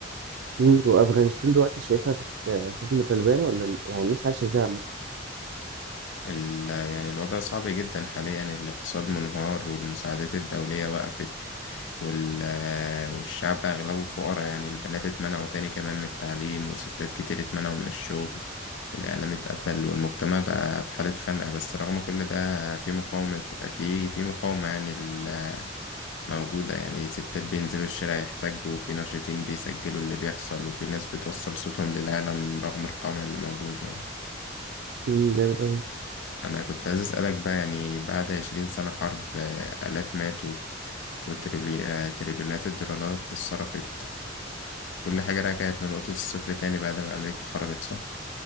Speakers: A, on the right; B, on the left.
A: مم، وأفغانستان دلوقتي شايفها تحت آه، حكم طالبان ولا ال- يعني الناس عايشة إزاي عامة؟
B: ال- يعني الوضع صعب جدا حاليا الاقتصاد منهار والمساعدات الدولية وقفت وال والشعب أغلبه فقراء يعني البنات اتمنعوا تاني كمان من التعليم وستات كتير اتمنعوا من الشغل والإعلام اتقفل والمجتمع بقى في حالة خنقة بس رغم كل ده في مقاومة في في مقاومة يعني ال- موجودة يعني ستات بينزلوا الشارع يحتجوا وفي ناشطين بيسجلوا اللي بيحصل وفي ناس بتوصل صوتهم للعالم رغم القمع اللي موجود يعني
A: مم، جامد أوي
B: أنا كنت عايز أسألك بقى يعني بعد عشرين سنة حرب آه، آلاف ماتوا وتريليونات الدولارات اتصرفت كل حاجة رجعت لنقطة الصفر تاني بعد ما أمريكا خرجت صح؟